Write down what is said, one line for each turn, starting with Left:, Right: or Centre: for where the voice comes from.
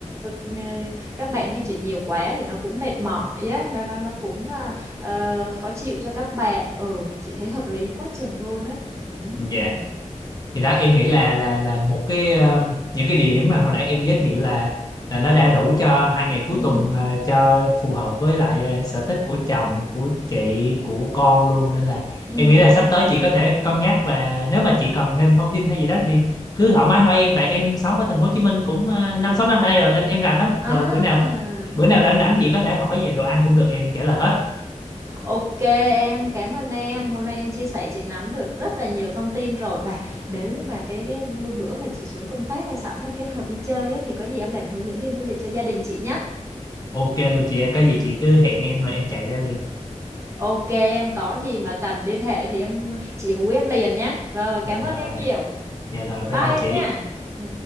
Right: ờ, các bạn di chuyển nhiều quá thì nó cũng mệt mỏi ấy nó nó nó cũng à, ờ, khó chịu cho các bạn ừ chị thấy hợp lý quá chừng luôn á Ừm.
Left: dạ thì đó em nghĩ là là là một cái ờ, những cái địa điểm mà hồi nãy em giới thiệu là là nó đã đủ cho hai ngày cuối
Right: ừ
Left: tuần ờ, cho phù hợp với lại ờ, sở thích của chồng của chị của con luôn nên là
Right: ừ
Left: em nghĩ là sắp tới chị có thể cân nhắc và nếu mà chị cần thêm thông tin hay gì đó thì cứ thoải mái hỏi em tại em sống ở thành phố Hồ Chí Minh cũng ờ, năm sáu năm nay rồi nên em rành lắm
Right: À,
Left: rồi bữa nào bữa nào rảnh rảnh chị có thể hỏi về đồ ăn cũng được em trả lời hết
Right: ok em, cảm ơn em. Hôm nay em chia sẻ chị nắm được rất là nhiều thông tin rồi. Và nếu như mà cái, cái bữa mà chị xuống công tác hay sẵn là kết hợp đi chơi á, thì có gì em làm hướng dẫn viên du lịch cho gia đình chị nhé.
Left: ok luôn chị ơi, có gì chị cứ hẹn em rồi em chạy ra liền
Right: Ok em, có gì mà cần liên hệ thì em chị hú em liền nhé. Rồi, cảm
Left: dạ rồi
Right: ơn em nhiều.
Left: dạ rồi bye
Right: Bye
Left: bye
Right: em
Left: chị
Right: nha. Ừ.